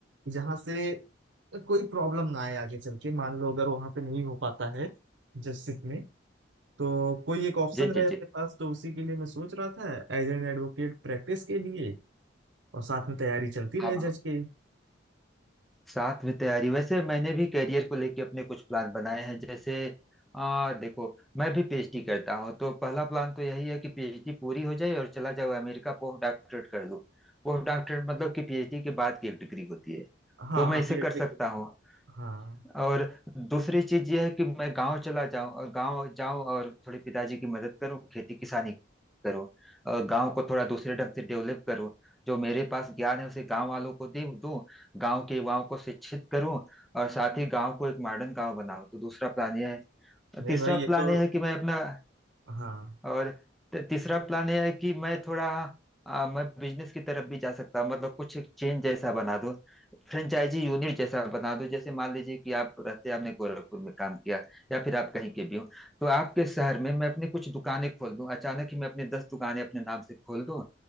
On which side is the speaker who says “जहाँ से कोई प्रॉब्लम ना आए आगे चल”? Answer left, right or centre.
Right